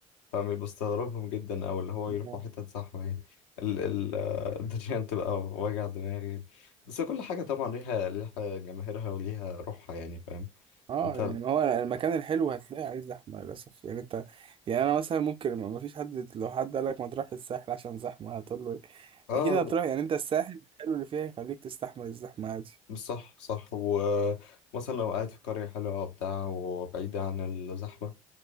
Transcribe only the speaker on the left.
فبستغربهم جدا او اللي هو
يروحوا حتت زحمه يعني ال ال آه، <laughs> الدنيا بتبقى وجع دماغي بس كل حاجه طبعا ليها ليها جماهيرها وليها روحها يعني فاهم
انت
اه
مش صح صح ومثلا لو قاعد في قرية حلوة وبتاع وبعيدة عن الزحمة